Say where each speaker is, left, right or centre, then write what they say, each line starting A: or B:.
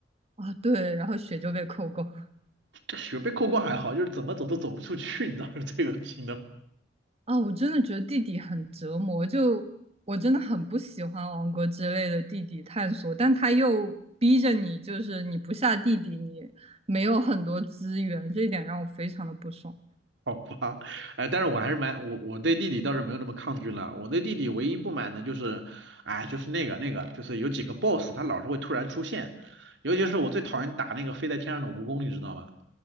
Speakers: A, on the right; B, on the right.
A: 啊，对，然后血就被扣光。
B: 这雪被扣光还好，就是怎么走都走不出去，你知道是最恶心的
A: 啊，我真的觉得地底很折磨，就我真的很不喜欢王国之类的地底探索，但他又逼着你，就是你不下地底，你没有很多资源，这一点让我非常的不爽。
B: 好吧，哎，但是我还是蛮我我对弟弟倒是没有那么抗拒了。我对弟弟唯一不满的就是，哎，就是那个那个，就是有几个 boss 他老是会突然出现，尤其是我最讨厌打那个飞在天上的蜈蚣，你知道吗？